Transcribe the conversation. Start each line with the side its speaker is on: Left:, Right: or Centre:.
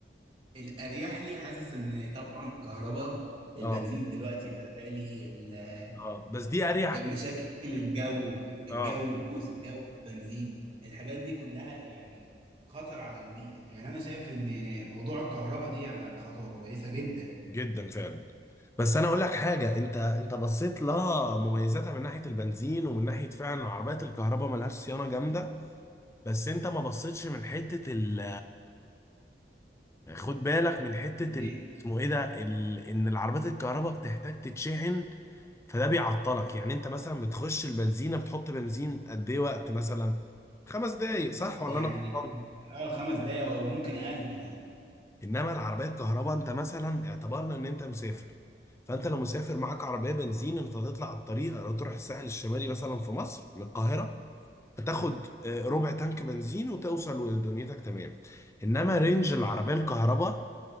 Right: الاريح لي حاسس ان طبعا كهرباء البنزين
Left: اه
Right: دلوقتي بقى غالي ال-
Left: اه بس دي اريح
Right: مشاكل الجو الجو
Left: اه
Right: بوس الجو البنزين الحاجات دي كلها يعني خطر على البيئه يعني انا شايف ان موضوع الكهرباء دي يعني خطوه كويسه جدا
Left: جدا فعلا بس انا اقول لك حاجه انت انت بصيت لها مميزاتها من ناحيه البنزين ومن ناحيه فعلا عربيات الكهرباء ملهاش صيانه جامده بس انت ما بصيتش من حته ال خد بالك من حته
Right: ايه
Left: ال اسمه ايه ده ال ان العربيات الكهرباء بتحتاج تتشحن فده بيعطلك يعني انت مثلا بتخش البنزينه بتحط بنزين قد ايه وقت مثلا خمس دقايق صح ولا
Right: يعني
Left: انا غلطان
Right: اه خمس دقايق او ممكن اقل كمان
Left: انما العربيه الكهرباء انت مثلا اعتبرنا ان انت مسافر فانت لو مسافر معاك عربيه بنزين انت هتطلع على الطريق أو تروح الساحل الشمالي مثلا في مصر من القاهره هتاخد آه، ربع تانك بنزين وتوصل ودنيتك تمام انما رينج العربيه الكهرباء